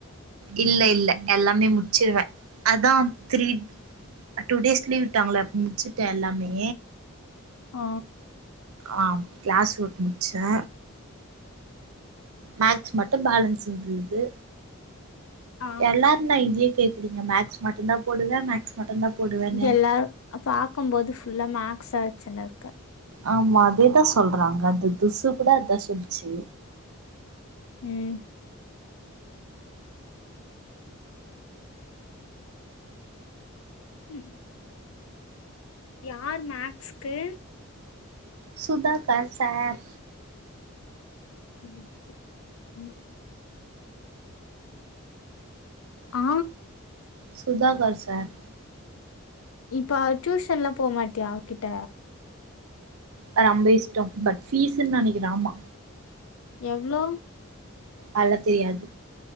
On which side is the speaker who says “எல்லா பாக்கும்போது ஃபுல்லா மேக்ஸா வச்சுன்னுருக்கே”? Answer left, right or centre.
Left